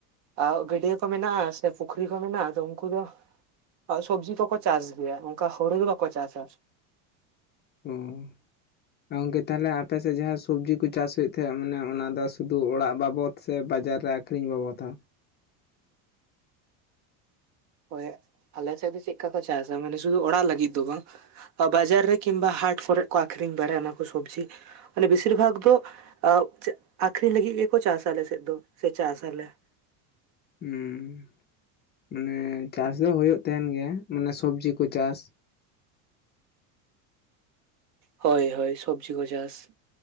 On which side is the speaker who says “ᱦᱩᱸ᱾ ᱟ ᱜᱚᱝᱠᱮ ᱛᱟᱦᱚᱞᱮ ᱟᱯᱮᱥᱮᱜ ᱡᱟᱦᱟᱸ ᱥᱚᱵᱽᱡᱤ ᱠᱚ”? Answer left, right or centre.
Left